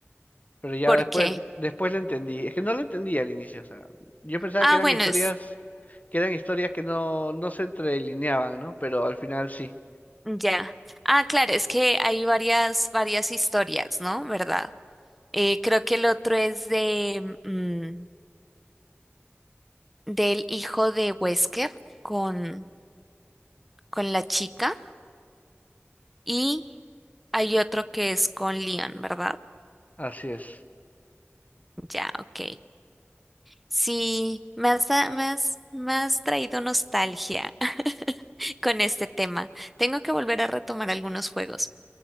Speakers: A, on the left (about 35°); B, in the centre.
A: Pero ya
B: ¿Por
A: después,
B: qué?
A: después la entendí. Es que no la entendí al inicio, o sea, yo pensaba
B: Ah,
A: que eran
B: bueno,
A: historias,
B: es
A: que eran historias que no, no se entrelineaban, ¿no? Pero al final sí,
B: ya. Ah, claro, es que hay varias, varias historias, ¿no? ¿Verdad? Eh, creo que el otro es de mm, del hijo de Wesker con, con la chica y hay otro que es con Leon, ¿verdad?
A: así es.
B: Ya, ok. Sí, me has, da- me has, me has traído nostalgia <laughs> con este tema. Tengo que volver a retomar algunos juegos.